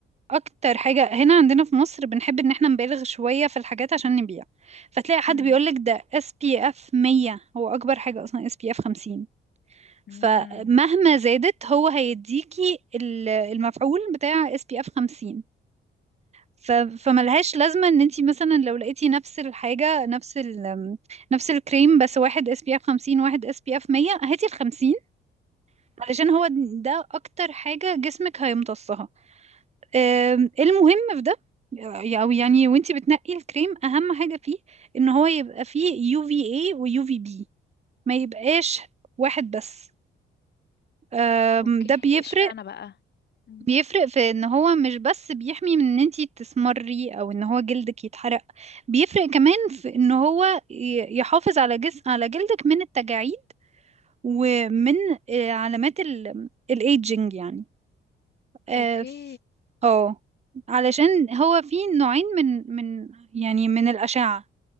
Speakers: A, on the right; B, on the left.
A: اكتر حاجة هنا عندنا في مصر بنحب ان احنا نبالغ شوية في الحاجات عشان نبيع فتلاقي حد
B: امم
A: بيقولك ده اس بي اف 100 هو اكبر حاجة اصلا اس بي اف 50 فمهما
B: امم
A: زادت هو هيديكي ال- المفعول بتاع اس بي اف 50 ف... فملهاش لازمة ان انتي مثلا لو لقيتي نفس الحاجة نفس ال... نفس الكريم بس واحد اس بي اف 50 واحد اس بي اف 100 هاتي ال 50 علشان هو ده اكتر حاجة جسمك هيمتصها آم، المهم في ده آه، او يعني وانتي بتنقي الكريم اهم حاجة فيه ان هو يبقى فيه يو في اي ويو في بي ما يبقاش واحد بس آم،
B: اوكي
A: ده بيفرق
B: اشمعنى بقى مم.
A: بيفرق في ان هو مش بس بيحمي من ان انتي تسمري او ان هو جلدك يتحرق بيفرق كمان في ان هو ي- يحافظ على جسم على جلدك من التجاعيد ومن آه، علامات الايدجنج يعني اه
B: اوكي
A: ف- آه. علشان هو في نوعين من من يعني من الأشعة